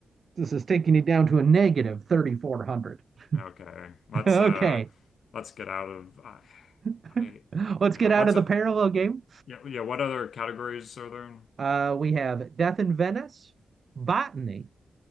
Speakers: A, on the right; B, on the left.
A: This is taking you down to a negative 3,400. <laughs>
B: Okay. Let's
A: Okay.
B: uh let's get out of I
A: <laughs>
B: I
A: Let's
B: no,
A: get out
B: let's
A: of
B: uh,
A: the parallel game.
B: yeah, yeah, what other categories are there?
A: Uh, we have Death in Venice, Botany,